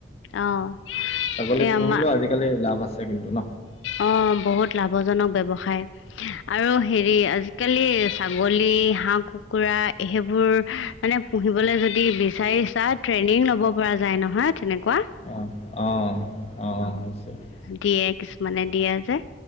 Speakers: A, on the left; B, on the left.
A: অ'।
B: ছাগলী
A: এই
B: পুহিলেও
A: আমাৰ
B: আজিকালি লাভ আছে কিন্তু ন!
A: অ', বহুত লাভজনক ব্যৱসায়। আৰু হেৰি আজিকালি ছাগলী, হাঁহ, কুকুৰা সেইবোৰ মানে পুহিবলৈ যদি বিচাৰিছা, ট্ৰেইনিং ল'ব পৰা যায় নহয় তেনেকুৱা।
B: অ', অ', <unintelligible>
A: <unintelligible> মানে দিয়া যে।